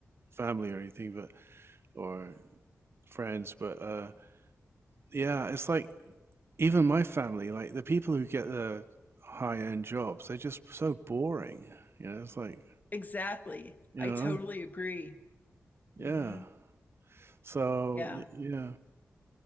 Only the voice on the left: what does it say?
Exactly.
I
totally agree.
hmm
Yeah.